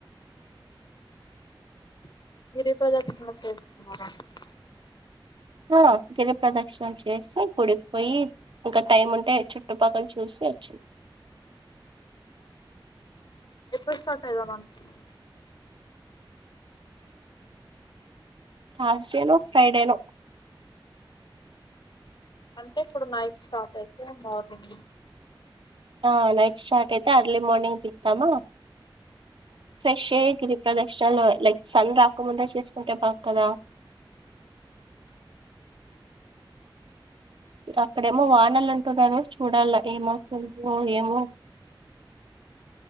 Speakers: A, on the left; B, on the right.
A: <unintelligible>
B: ఆ గిరి ప్రదక్షిణ చేసి గుడికిపోయి ఇంకా టైం ఉంటే చుట్టుపక్కల చూస్ కొచు
A: ఎప్పుడు స్టార్ట్ అయిదాం అనుకునావ్
B: తర్సడేనో ఫ్రైడెనో
A: అంటే ఇప్పుడు నైట్ స్టార్ట్ అయితే మార్నింగ్
B: ఆ నైట్ స్టార్ట్ అయితే అర్లీ మార్నింగ్ దిగుతామ ఫ్రెష్ అయ్యి గిరి ప్రదక్షణలో లైక్ సన్ రాకముందే చేసుకుంటే పక్క అక్కడేమో వానలు అంటున్నారు చూడాల ఏమయితుందో ఏమో